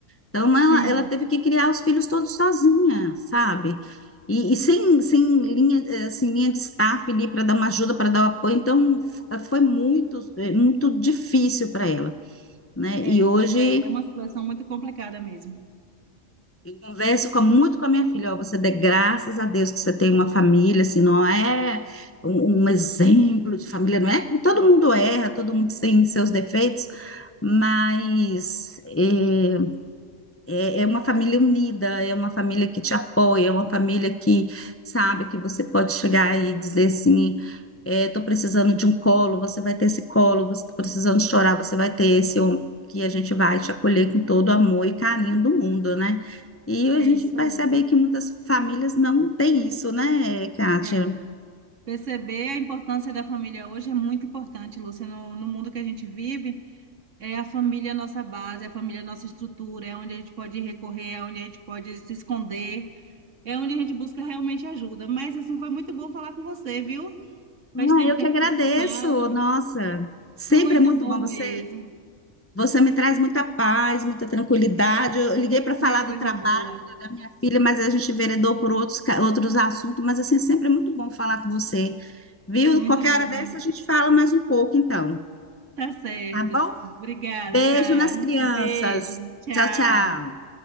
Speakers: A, on the left (about 20°); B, on the right (about 65°).
A: Então, ela,
B: <laughs> Sim,
A: ela teve que criar os filhos todos sozinha, sabe? E, e sem, sem linha, eh, assim, linha de staff ali para dar uma ajuda, para dar o apoio. Então, f- foi muito, eh, muito difícil para ela, né?
B: é,
A: E hoje.
B: mas é, é uma situação muito complicada mesmo.
A: Eu converso com- muito com a minha filha, ó, você dê graças a Deus que você tem uma família, assim, não é um, um exemplo de família, não é? Todo mundo erra, todo mundo tem seus defeitos, mas eh, é, é uma família unida, é uma família que te apoia, é uma família que sabe que você pode chegar e dizer assim: estou precisando de um colo, você vai ter esse colo, você está precisando chorar, você vai ter esse ombro, que a gente vai te acolher com todo o amor e carinho do mundo, né? E a
B: É
A: gente
B: isso
A: percebe
B: aí.
A: aí que muitas famílias não têm isso, né, Kátia?
B: É. Perceber a importância da família hoje é muito importante, Lúcia, no, no mundo que a gente vive. É a família é a nossa base, é a família é a nossa estrutura, é onde a gente pode recorrer, é onde a gente pode se esconder, é onde a gente busca realmente ajuda. Mas assim, foi muito bom falar com você, viu?
A: Ah,
B: Faz tempo
A: eu
B: que
A: que
B: a
A: agradeço,
B: gente não se fala.
A: nossa, sempre
B: Muito
A: é muito
B: bom
A: bom você.
B: mesmo.
A: Você me traz muita paz, muita tranquilidade. Eu liguei para falar
B: Ai, coisa
A: do trabalho
B: boa.
A: da da minha filha, mas a gente veredou por outros, ca- outros assuntos. Mas assim, sempre é muito bom falar com você, viu?
B: Muito
A: Qualquer
B: bom.
A: hora dessa a gente fala mais um pouco, então,
B: Tá certo.
A: tá bom?
B: Obrigada,
A: Beijo
B: tá?
A: nas crianças.
B: Beijo. Tchau.
A: Tchau, tchau.